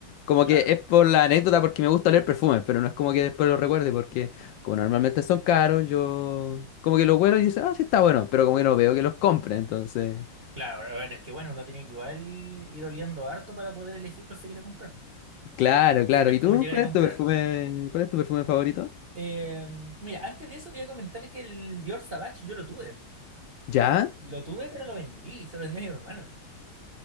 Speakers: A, on the left; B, on the right.
A: como
B: claro,
A: que es por la anécdota porque me gusta leer perfumes, pero no es como que después lo recuerde porque como normalmente son caros, yo como que los huelo y dice, ah, sí está bueno, pero como que no veo que los compre, entonces...
B: claro. A ver, es que bueno, uno tiene que igual ir oliendo harto para poder elegir cuál se quiere comprar.
A: Claro, claro.
B: No es
A: ¿Y
B: como
A: tú?
B: llegar
A: ¿Cuál
B: y comprar.
A: es tu perfume? ¿Cuál es tu perfume favorito?
B: Eh, mira, antes de eso te iba a comentar que el Dior Sauvage yo lo tuve.
A: ¿Ya?
B: Lo tuve, pero lo vendí, se lo vendí a mi hermano.